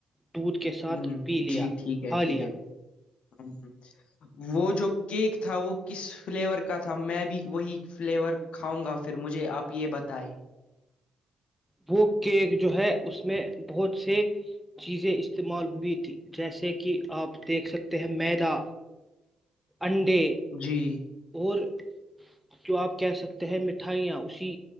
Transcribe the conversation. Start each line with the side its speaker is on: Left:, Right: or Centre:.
Centre: دودھ کے ساتھ
Left: ہوں
Centre: پی لیا
Left: جی ٹھیک ہے ٹھیک
Centre: لیا
Left: ہے ہ وہ جو کیک تھا وہ کس فلیور کا تھا میں بھی وہی فلیور کاؤں گا پھر مجھے آپ یہ بتائے
Centre: وہ کیک جو ہے اس میں بہت سے چیزیں استعمال ہوئی تھی جیسے کہ آپ دیکھ سکتے ہیں میدا انڈے
Left: جی
Centre: اور جو آپ کہہ سکتے ہیں مٹھائیاں اسی